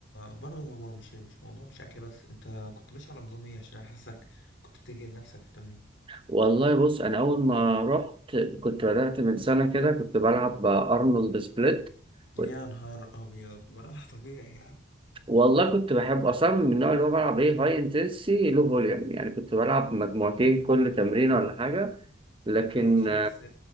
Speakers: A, on the left; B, on the right.
A: برضه هو مش مش موضوع مش اكل بس انت كنت ماشي على نظام ايه عشان انا حاسك كنت بتجهد نفسك في التمرين
B: والله بص انا اول ما رحت كنت بدأت من سنة كده كنت بلعب ارنولد سبليت
A: يا
B: كنت
A: نهار ابيض <laughs> ما طبيعي يعني
B: والله كنت بحب اصلا من النوع اللي هو بلعب ايه هاي انتنسي لو فوليوم يعني كنت بلعب مجموعتين كل تمرين ولا حاجة لكن
A: ماشي بس